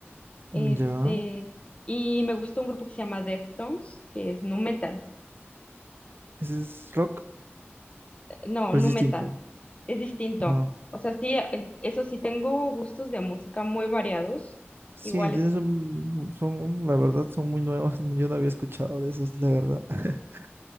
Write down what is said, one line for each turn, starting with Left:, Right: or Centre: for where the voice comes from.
Left: este,
Right: Mm, Ya,
Left: y me gusta un grupo que se llama Deftones, que es nu metal,
Right: ¿ese es rock
Left: eh, no,
Right: o
Left: nu
Right: es distinto?
Left: metal. Es distinto.
Right: Ah,
Left: O sea, sí, eh, eso sí, tengo gustos de música muy variados,
Right: sí,
Left: iguales,
Right: tienes un- son, la verdad, son muy nuevos. <laughs> Yo no había escuchado de esos, la verdad. <laughs>